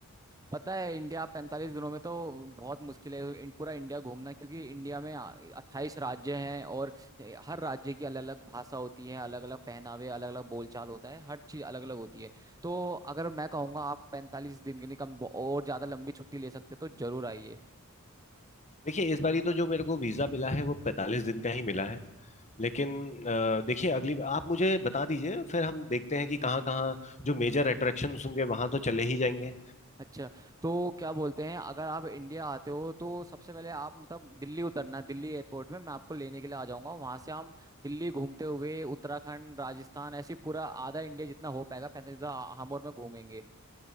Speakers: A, on the right (about 15°); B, on the left (about 30°).
A: पता है इंडिया पैंतालीस दिनों में तो बहुत मुश्किल है इन- पूरा इंडिया घूमना क्योंकि इंडिया में अट्ठाईस राज्य हैं और ए, हर राज्य की अलग अलग भाषा होती है अलग अलग पहनावे अलग अलग बोलचाल होता है हर चीज़ अलग अलग होती है तो अगर मैं कहूँगा आप पैंतालीस दिन के लिए कम और ज़्यादा लंबी छुट्टी ले सकते हैं, तो जरूर आइए
B: देखिए इस बारी तो जो मेरे को वीजा मिला है वो पैंतालीस दिन का ही मिला है लेकिन अ, देखिए अगली आप मुझे बता दीजिए फिर हम देखते हैं कि कहाँ कहाँ जो मेजर अट्रैक्शन होंगे वहां तो चले ही जाएंगे
A: अच्छा तो क्या बोलते हैं अगर आप इंडिया आते हो तो सबसे पहले आप मतलब दिल्ली उतरना दिल्ली एयरपोर्ट में मैं आपको लेने के लिए आ जाऊंगा वहां से हम दिल्ली घूमते हुए उत्तराखंड राजस्थान ऐसे पूरा आधा इंडिया जितना हो पाएगा पैंतालीस हम और मैं घूमेंगे